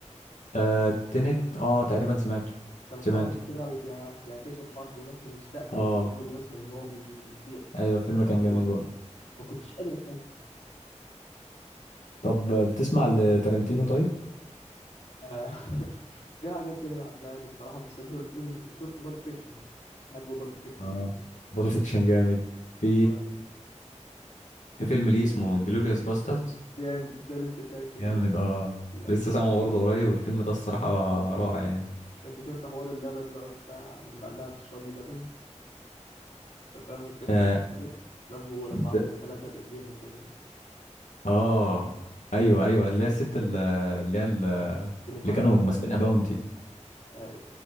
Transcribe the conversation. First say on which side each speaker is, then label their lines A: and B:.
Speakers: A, on the left (about 80°); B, on the left (about 65°).
A: آه تنت اه تقريبا سمعته
B: كان
A: سمعته
B: حرب كده وبيعكسوا الحرب وناس من المستقبل
A: اه
B: بيضربوا ناس من الماضي وفي
A: ايوه فيلم
B: بصراحة
A: كان
B: أفور
A: جميل برضه
B: ما كنتش قادر أفهم
A: طب بتسمع لتارنتينو طيب
B: آه، <laughs> في حاجات كده بعدها له بصراحة بس مش المخرج المف- شفت بالب فيكشن بس بحب بالب فيكشن
A: اه
B: جدا
A: بول فيكشن جامد في
B: هو
A: في فيلم ليه اسمه انجلوريوس باستردز
B: جامد ده لسه شايفه
A: جامد
B: برضه.
A: اه
B: لا،
A: لسه سامعه برضه قريب الفيلم ده الصراحة رائع يعني
B: أنت شفت حوار اللبن بقى وبتاع لما قال لها تشربي لبن انت فاهم أنا فهمت
A: اه
B: الفكرة ده لما هو لما عمل
A: ب-
B: الثلاثة بإيديها كده
A: آه. ايوه ايوه اللي هي الست ال- اللي هي ال-
B: عشان يفرقهم
A: اللي كانوا ماسكينها باونتي
B: آه،